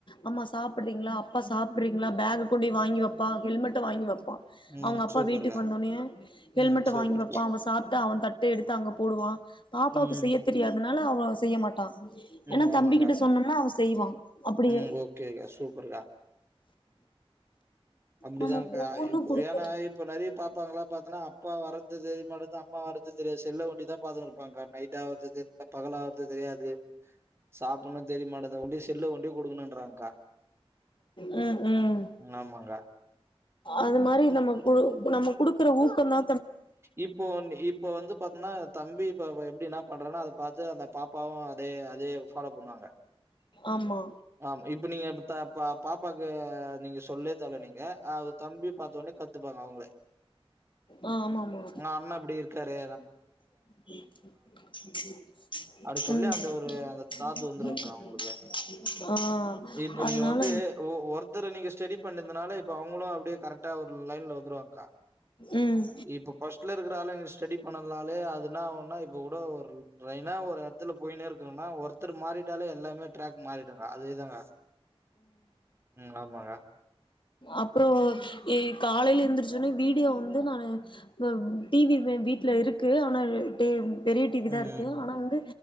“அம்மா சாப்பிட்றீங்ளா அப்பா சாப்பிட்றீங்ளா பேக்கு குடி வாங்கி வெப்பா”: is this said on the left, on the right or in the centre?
Left